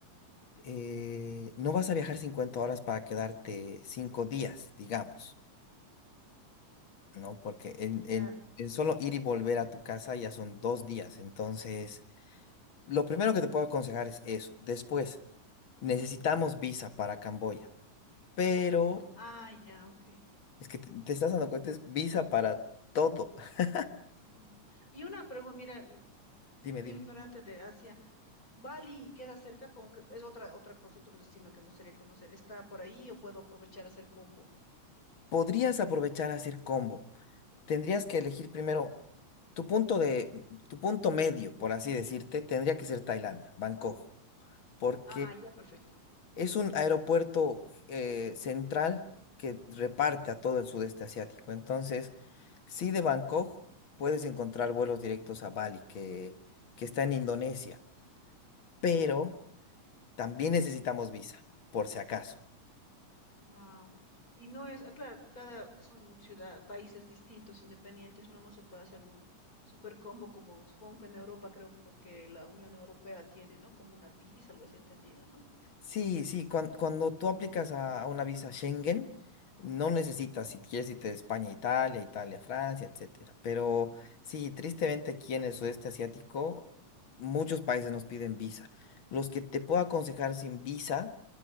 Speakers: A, on the left (about 50°); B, on the left (about 25°).
A: Eh, no vas a viajar 50 horas para quedarte 5 días, digamos, ¿no? Porque en,
B: claro.
A: en- en solo ir y volver a tu casa ya son dos días. Entonces, lo primero que te puedo aconsejar es eso. Después, necesitamos visa para Camboya, pero
B: Ah, ya, ok.
A: es que te, te estás dando cuenta, es visa para todo. <laughs>
B: Mm, Y una pregunta, mira, mm,
A: Dime,
B: bien
A: dime.
B: ignorante de Asia, ¿Bali queda cerca? Como que es otra, otra cosa, otro destino que me gustaría conocer. ¿Está por ahí o puedo aprovechar a hacer combo?
A: Podrías aprovechar a hacer combo. Tendrías que elegir primero tu punto de, tu punto medio, por así decirte, tendría que ser Tailandia, Bangkok, porque
B: Ah, ya, perfecto.
A: es un aeropuerto eh, central que reparte a todo el sudeste asiático. Entonces, sí de Bangkok puedes encontrar vuelos directos a Bali, que, que está en Indonesia, pero También necesitamos visa, por si acaso.
B: Wow. Y no es, ah, claro, cada son ciudad, países distintos, independientes, no, no se puede hacer un super combo como supongo que en Europa, creo, porque la Unión Europea tiene, ¿no? Como una PIS, algo así entendido, ¿no?
A: Sí, sí, cuan- cuando tú aplicas a, a una visa Schengen, no necesitas, si quieres irte de España a Italia, Italia a Francia, etcétera. Pero sí, tristemente aquí en el sudeste asiático, muchos países nos piden visa. Los que te puedo aconsejar sin visa